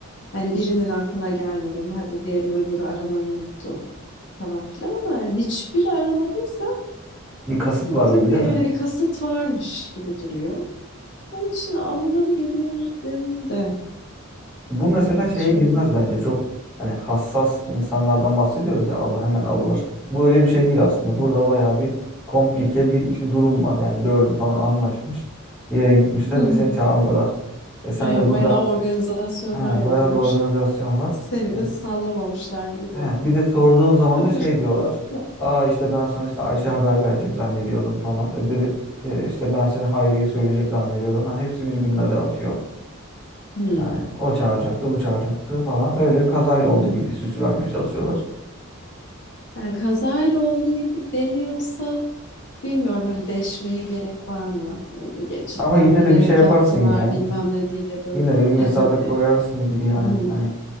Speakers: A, on the left (about 55°); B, in the centre.
A: Hani birinin aklına gelmedi mi? Hadi diyelim öbürü aramayı unuttu falan filan ama hani hiçbiri aramadıysa
B: Bir kasıt
A: burada
B: var gibi
A: bir
B: değil mi?
A: hani bir kasıt varmış gibi duruyor. Onun için alınabilirdim de.
B: Bu
A: Yani
B: mesela şeye
A: hiç öyle.
B: girmez bence. Çok hani hassas insanlardan bahsediyoruz ya alın, hemen alınır. Bu öyle bir şey değil aslında. Burada bayağı bir komplike bir işte durum var. Yani dördü falan anlaşmış. Bir yere gitmişler
A: Hı hı.
B: ve seni çağırmıyorlar. E sen
A: Ya
B: de burada
A: bayağı organizasyonlar
B: Ha,
A: yapılmış.
B: bayağı bir organizasyon var.
A: Seni
B: E,
A: de sallamamışlar gibi.
B: he, bir de sorduğun zaman
A: <laughs>
B: da şey diyorlar.
A: <laughs>
B: Aa işte ben sana işte Ayşe haber verecek zannediyordum falan. Öbürü e, işte ben seni Hayriye söyleyecek zannediyordum. Hani hepsi birbirine de atıyor.
A: Hmm.
B: Yani o çağıracaktı, bu çağıracaktı falan. Öyle bir kazayla oldu gibi süsü vermeye çalışıyorlar.
A: Yani kazayla olduğu gibi deniyorsa bilmiyorum hani deşmeye gerek var mı? Hani ya cidden
B: Ama yine
A: bilerek
B: de bir şey yaparsın
A: yaptılar
B: ya.
A: bilmem ne diye böyle.
B: Yine de bir mesafe
A: Ha tabii
B: koyarsın gibi yani.
A: Hmm,
B: Hani